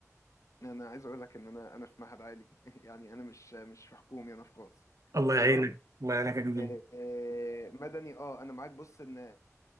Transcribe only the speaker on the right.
الله يعينك
الله يعينك يا جميل